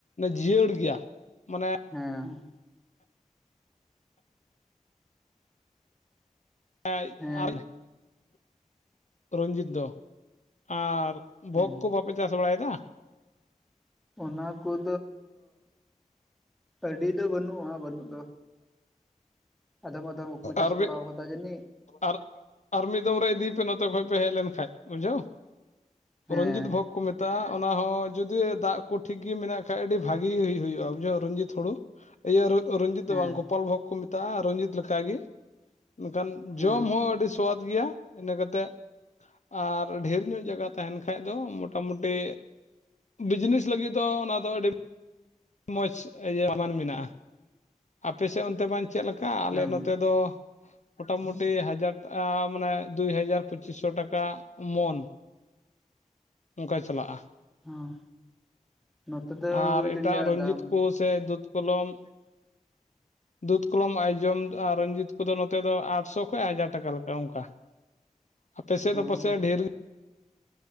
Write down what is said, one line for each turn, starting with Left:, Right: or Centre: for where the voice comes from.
Left: ᱡᱤᱭᱟᱹᱲ ᱜᱮᱭᱟ ᱢᱟᱱᱮ
Centre: ᱦᱮᱸ
Left: ᱮᱸ ᱟᱨᱤᱡ
Centre: ᱦᱮᱸ ᱦᱮᱸ
Left: <unintelligible> ᱨᱚᱱᱡᱤᱛ ᱫᱚ ᱟᱨ
Centre: ᱦᱩᱸ
Left: ᱵᱷᱳᱜᱽ ᱠᱚ ᱵᱟᱯᱮ ᱪᱟᱥ ᱵᱟᱲᱟᱭᱫᱟ?
Centre: ᱚᱱᱟ ᱠᱚᱫᱚ, ᱟᱹᱰᱤ ᱫᱚ ᱵᱟᱹᱱᱩᱜᱼᱟ ᱵᱟᱹᱱᱩᱜ ᱫᱚ᱾ ᱟᱫᱚᱢ ᱟᱫᱚᱢ ᱠᱚᱠᱚ ᱪᱟᱥ
Left: ᱟᱨ
Centre: ᱵᱟᱲᱟᱣ
Left: ᱢᱤᱜ
Centre: ᱠᱟᱫᱟ ᱡᱟᱹᱱᱤᱡ
Left: ᱟᱨ ᱟᱨ ᱢᱤᱫ ᱫᱚᱢ ᱨᱮ ᱤᱫᱤᱭᱯᱮ ᱱᱚᱛᱮ ᱠᱷᱚᱡ ᱯᱮ ᱦᱮᱡ ᱞᱮᱱᱠᱷᱟᱡ ᱵᱩᱡᱷᱟᱹᱣ
Centre: ᱦᱮᱸ
Left: ᱨᱚᱱᱡᱤᱛ ᱵᱷᱳᱜᱽ ᱠᱚ ᱢᱮᱛᱟᱜᱼᱟ᱾ ᱚᱱᱟ ᱦᱚᱸ ᱡᱩᱫᱤ ᱫᱟᱜ ᱠᱚ ᱴᱷᱤᱠ ᱜᱮ ᱢᱮᱱᱟᱜ ᱠᱷᱟᱡ ᱟᱹᱰᱤ ᱵᱷᱟᱹᱜᱤ ᱦᱩᱭᱩᱜᱼᱟ ᱵᱩᱡᱷᱟᱹᱣ ᱨᱚᱱᱡᱤᱛ ᱦᱳᱲᱳ᱾ ᱤᱭᱟᱹ ᱨᱚ-ᱨᱚᱱᱡᱤᱛ
Centre: ᱦᱮᱸ
Left: ᱫᱚ ᱵᱟᱝ ᱜᱳᱯᱟᱞ ᱵᱷᱳᱜᱽ ᱠᱚ ᱢᱮᱛᱟᱜᱼᱟ, ᱨᱚᱱᱡᱤᱛ ᱞᱮᱠᱟᱜᱮ᱾ ᱢᱮᱱᱠᱷᱟᱱ
Centre: ᱦᱮᱸ
Left: ᱡᱚᱢ ᱦᱚᱸ ᱟᱹᱰᱤ ᱥᱣᱟᱫ ᱜᱮᱭᱟ ᱤᱱᱟᱹ ᱠᱟᱛᱮᱜ ᱟᱨ ᱰᱷᱮᱨ ᱧᱚᱜ ᱡᱟᱭᱜᱟ ᱛᱟᱦᱮᱱ ᱠᱷᱟᱡ ᱫᱚ ᱢᱚᱴᱟᱢᱩᱴᱤ ᱵᱤᱡᱽᱱᱮᱥ ᱞᱟᱹᱜᱤᱫ ᱫᱚ ᱚᱱᱟ ᱫᱚ ᱟᱹᱰᱤ ᱢᱚᱡᱽ ᱤᱭᱟᱹ ᱥᱟᱢᱟᱱ ᱢᱮᱱᱟᱜᱼᱟ ᱟᱯᱮ ᱥᱮᱜ ᱚᱱᱛᱮ ᱵᱟᱝ ᱪᱮᱜ ᱞᱮᱠ ᱟᱞᱮ
Centre: ᱦᱮᱸ
Left: ᱱᱚᱛᱮ ᱫᱚ ᱢᱚᱴᱟᱢᱩᱴᱤ ᱦᱟᱡᱟᱨᱟ ᱢᱟᱱᱮ ᱫᱩᱭ ᱦᱟᱡᱟᱨ ᱯᱚᱸᱪᱤᱥ ᱥᱚ ᱴᱟᱠᱟ ᱢᱚᱱ᱾ ᱚᱝᱠᱟ ᱪᱟᱞᱟᱜᱼᱟ᱾
Centre: ᱦᱚᱸ ᱱᱚᱛᱮ ᱫᱚ
Left: ᱟᱨ
Centre: ᱦᱩᱭ ᱫᱟᱲᱮᱭᱟᱜᱼᱟ
Left: ᱮᱴᱟᱜ ᱨᱚᱧᱡᱤᱛ
Centre: ᱫᱟᱢ᱾
Left: ᱠᱚ ᱥᱮ ᱫᱩᱫ ᱠᱚᱞᱚᱢ ᱫᱩᱛ ᱠᱚᱞᱚᱢ ᱟᱭᱳᱡᱚᱢ ᱟᱨ ᱨᱚᱱᱡᱤᱛ ᱠᱚᱫᱚ ᱱᱚᱛᱮ ᱫᱚ ᱟᱴᱥᱚ ᱠᱷᱚᱡ ᱦᱟᱡᱟᱨ ᱴᱟᱠᱟ ᱞᱮᱠᱟ ᱚᱝᱠᱟ᱾ ᱟᱯᱮ ᱥᱮᱜ
Centre: ᱦᱚᱸ
Left: ᱫᱚ ᱯᱥᱮᱡ ᱰᱷᱮᱨ ᱜᱮ?